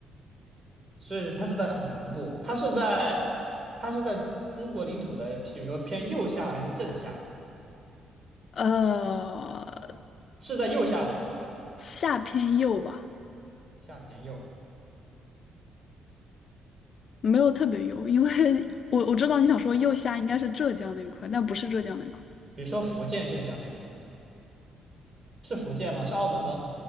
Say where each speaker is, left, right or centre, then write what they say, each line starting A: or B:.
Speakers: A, on the right (about 35°); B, on the left (about 55°).
A: 所以它是在很南部，它是在它是在中国领土的，比如说偏右下还是正下？
B: 呃，
A: 是在右下吗？
B: 下偏右吧，
A: 下偏右，
B: 没有特别右，因为我我知道你想说右下应该是浙江那一块，但不是浙江那一块
A: 比如说福建、浙江那边，是福建吗？是澳门吗？